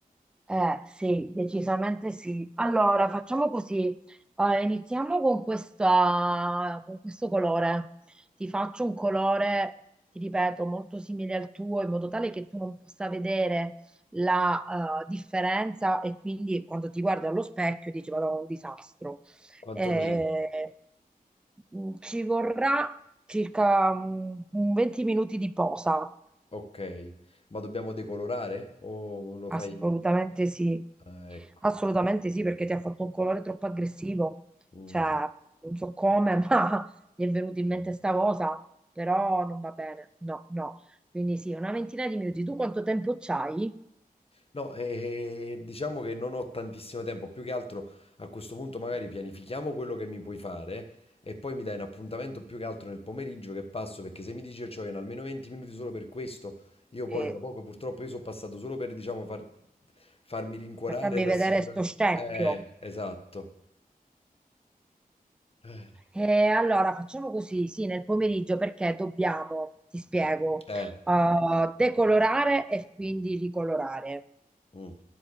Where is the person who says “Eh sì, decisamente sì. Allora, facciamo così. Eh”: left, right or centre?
Centre